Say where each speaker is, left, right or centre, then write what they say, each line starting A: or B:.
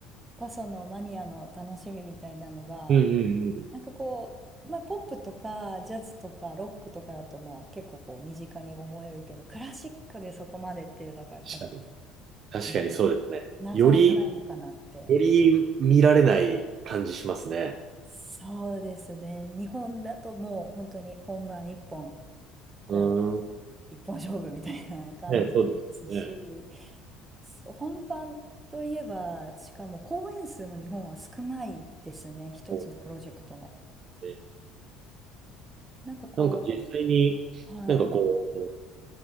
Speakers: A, on the right; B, on the right.
A: こそのマニアの楽しみみたいなのが、
B: うんうんうん。
A: なんかこう、まあ、ポップとかジャズとかロックとかだとまあ結構こう身近に思えるけどクラシックでそこまでっていうのがやっぱり、
B: 確かに。確かにそうですね。
A: ね、なかなかないのかなって
B: より、より見られない感じしますね。
A: そうですね日本だともう本当に本番一本こう
B: うーん。
A: 一本勝負みたいな感じですし
B: ね、そうですね。
A: 本番といえばしかも公演数も日本は少ないですね一つのプロジェクトの。
B: そうですね
A: なんかこ
B: なんか実際に、
A: う、はい、
B: なんかこう、